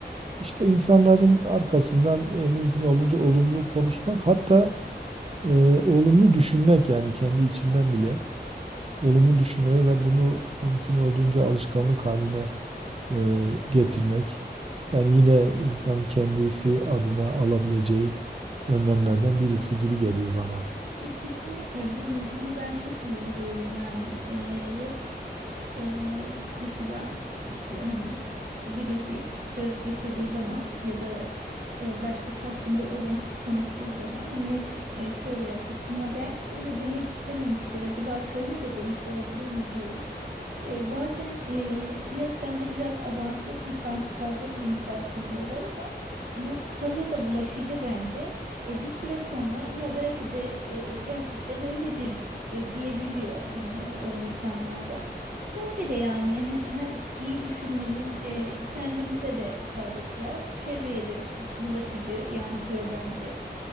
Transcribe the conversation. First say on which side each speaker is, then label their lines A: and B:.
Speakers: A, on the right (about 35°); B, on the right (about 50°).
A: İşte insanların arkasından e, mümkün olduğunca olumlu konuşmak hatta e, olumlu düşünmek yani kendi içinden bile olumlu düşünmeyi ve bunu mümkün olduğunca alışkanlık haline e, getirmek. Yani yine insan kendisi adına alabileceği önlemlerden birisi gibi geliyor bana.
B: E, Kesinlikle bunu bunu ben çok uyguluyorum yani E, ve. Ee, mesela işte hani biri bir söz getirdiği zaman ya da e, başkası hakkında olumsuz konuştuğu zaman hani hep ş- e, şöyle yaklaşım ya belki de onu demek istememiştir acaba şöyle de demiş olabilir mi diyorum. E, bazen e, ya sen de biraz abartıyorsun fark fazla iyimsersin diyorlar ama bu tavır da bulaşıcı bence. E, bir süre sonra ya belki de e, gerçekten öyledir e, diyebiliyor hani o insanlarda. Bence de yani he- hem iyi düşünmenin e, kendimize de faydası var. Çevreye de bulaşıcı yansıyor bence.